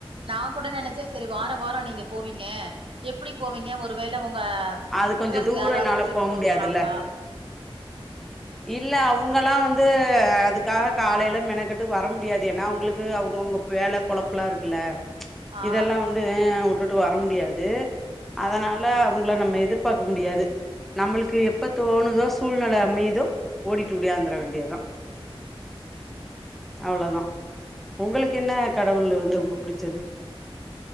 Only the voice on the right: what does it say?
நா கூட நினைச்சே சரி வார வாரம் நீங்க போவீங்க எப்டி போவீங்க ஒருவேள ஒங்க
சிஸ்டர்ஸ்
யாராவது கூட்டிட்டு போ
போறாங்களா
ஆ